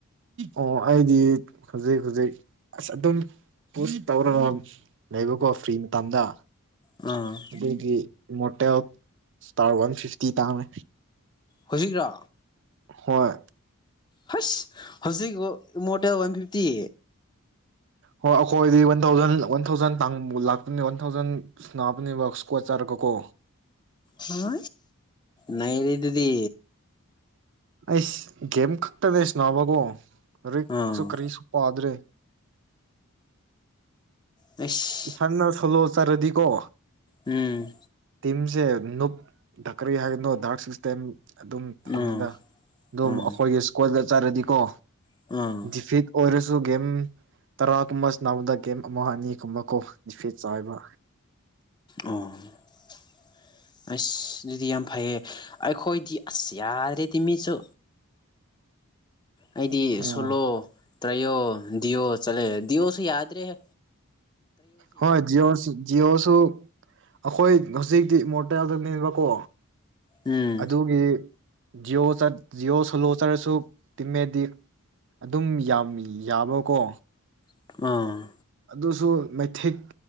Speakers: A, on the right; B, on the left.
A: ꯑꯣ ꯑꯩꯗꯤ ꯍꯧꯖꯤꯛ ꯍꯧꯖꯤꯛ ꯑꯁ ꯑꯗꯨꯝ ꯄꯨꯁ ꯇꯧꯔꯒ ꯂꯩꯕꯀꯣ ꯐ꯭ꯔꯤ ꯃꯇꯝꯗ
B: ꯎꯝ
A: ꯑꯗꯒꯤ ꯏꯃꯣꯔꯇꯦꯜ ꯏꯁꯇꯥꯔ ꯋꯥꯟ ꯐꯤꯐꯇꯤ ꯇꯥꯡꯃꯦ
B: ꯍꯧꯖꯤꯛ꯭ꯔꯣ
A: ꯍꯣꯏ
B: ꯍꯁ ꯍꯧꯖꯤꯛ ꯃꯣꯇꯦ ꯋꯥꯟ ꯐꯤꯐꯇꯤ
A: ꯍꯣꯏ ꯑꯩꯈꯣꯏꯗꯤ ꯋꯥꯟ ꯊꯥꯎꯖꯟ ꯋꯥꯟ ꯊꯥꯎꯖꯟ ꯇꯥꯡꯨ ꯂꯥꯛꯇꯅꯤ ꯋꯥꯟ ꯊꯥꯎꯖꯟ ꯏꯁꯅꯞꯅꯤꯕꯁꯀ ꯆꯔ ꯀꯀꯣ
B: ꯍ ꯅꯥꯏꯔꯤꯤꯗꯤ
A: ꯑꯩꯁ ꯒꯦꯝ ꯈꯛꯇꯅꯦ ꯏꯁꯅꯥꯕꯒꯣ ꯔꯤꯛꯁꯨ
B: ꯑꯥ
A: ꯀꯔꯤꯁꯨ ꯄꯥꯗ꯭ꯔꯦ
B: ꯇꯁ
A: ꯁꯥꯟꯅ ꯁꯣꯂꯣ ꯆꯥꯔꯗꯤꯀꯣ
B: ꯎꯝ
A: ꯇꯤꯝꯁꯦ ꯞ ꯗꯀꯔꯤ ꯍꯥꯏꯒꯅꯣ ꯗꯗꯥꯔꯛ ꯁꯤꯛꯁꯇꯦꯝ ꯑꯗꯨꯝ ꯐꯪꯉꯦꯗ
B: ꯎꯝ
A: ꯑꯗꯨꯝ
B: ꯎꯝ
A: ꯑꯩꯈꯣꯏꯒꯤ ꯁ꯭ꯀꯣꯜꯗꯠ ꯆꯠꯔꯗꯤꯀꯣ
B: <unintelligible>
A: ꯗꯤꯐꯤꯠ ꯑꯣꯏꯔꯁꯨ ꯒꯦꯝ ꯇꯔꯥꯒꯨꯝꯕ ꯅꯥꯕꯗ ꯒꯦꯝ ꯑꯃ ꯑꯅꯤꯒꯨꯝꯕ ꯀꯣ ꯐꯤꯠ ꯆꯥꯏꯕ
B: ꯑꯣ ꯑꯁ ꯑꯗꯨꯗꯤ ꯌꯥꯝ ꯐꯩꯌꯦ ꯑꯩꯈꯣꯏꯗꯤ ꯑꯁ ꯌꯥ ꯔꯦꯗꯤꯃꯤꯁꯨ ꯑꯩꯗꯤ
A: ꯎꯝ
B: ꯁꯣꯂꯣ ꯇ꯭ꯔꯥꯏꯌꯣ ꯗꯤꯌꯣ ꯆꯠꯂꯦ ꯗꯤꯌꯑꯣꯁꯨ ꯌꯥꯗ꯭ꯔꯦꯍꯦ
A: ꯍꯣꯏ ꯖꯤꯑꯣ ꯖꯤꯑꯣꯁꯨ ꯑꯩꯈꯣꯏ ꯍꯧꯖꯤꯛꯇꯤ ꯃꯣꯔꯇꯦꯜꯗꯅꯦꯕꯀꯣ
B: ꯎꯝ
A: ꯑꯗꯨꯒꯤ ꯖꯤꯑꯣꯠ ꯖꯤꯑꯣ ꯁꯣꯂꯣ ꯆꯠꯂꯁꯨ ꯇꯤꯃꯦꯗꯤꯛ ꯑꯗꯨꯝ ꯌꯥꯝ ꯌꯥꯕꯀꯣ
B: ꯑꯥ
A: ꯑꯗꯨꯁꯨ ꯃꯩꯊꯦꯛ